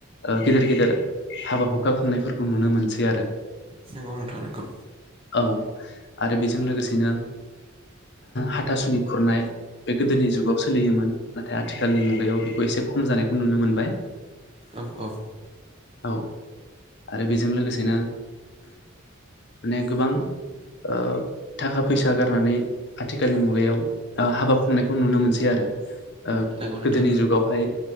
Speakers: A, on the left; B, on the right.
A: ओ गेदेर गेदेर हाबा हुखा खुंनायफोरखौ नुनो मोनसै आरो
B: नोंगौ नोंथां नोंगौ
A: औ आरो बेजों लोगोसेनो हाथासुनि खुरनाय बे गोदोनि जुगाव सोलियोमोन नाथाय आथिखालनि मुगायाव बेखौ एसे खम जानायखौ नुनो मोनबाय
B: औ औ
A: औ आरो बेजों लोगोसेनो माने गोबां ओ थाखा फैसा गारनानै आथिखालनि मुगायाव ओ हाबा खुंनायखौ नुनो मोनसै आरो। ओ
B: नंगौ नोंथां
A: गोदोनि जुगावहाय